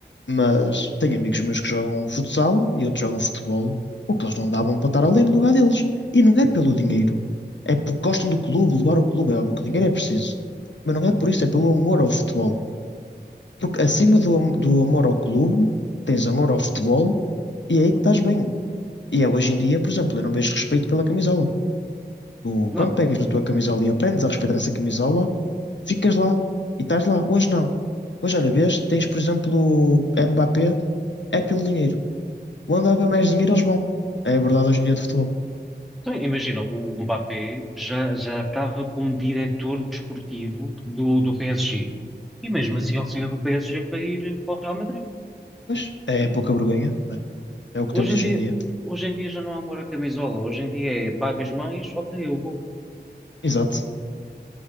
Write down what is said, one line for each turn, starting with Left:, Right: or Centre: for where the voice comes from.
Left: mas tenho amigos meus que jogam futsal e outros jogam futebol, o que eles não davam para estar ali no lugar deles. E não é pelo dinheiro, é porque gostam do clube, levar o clube. É óbvio que o dinheiro é preciso, mas não é por isso, é pelo amor ao futebol. Porque acima
Centre: Sim.
Left: do, am- do amor ao clube, tens amor ao futebol e é aí que estás bem. E é hoje em dia, por exemplo, eu não vejo respeito pela camisola. Tu,
Centre: Não,
Left: quando pegas
Centre: menino.
Left: na tua camisola e aprendes a respeitar essa camisola, ficas lá e estás lá. Hoje não. Hoje, olha, vês, tens, por exemplo, o Mbappé, é pelo dinheiro. Onde há bem mais dinheiro, eles vão. É a verdade hoje em dia de futebol.
Centre: então, imagina, o Mbappé já, já estava como diretor desportivo do, do PSG. E mesmo assim ele saiu do PSG para ir para o Real Madrid.
Left: Mas é pouca vergonha, não é? É o que
Centre: Hoje
Left: temos
Centre: em
Left: hoje
Centre: dia,
Left: em dia.
Centre: hoje em dia já não há amor à camisola. Hoje em dia é pagas mais, ok, eu vou.
Left: Exato.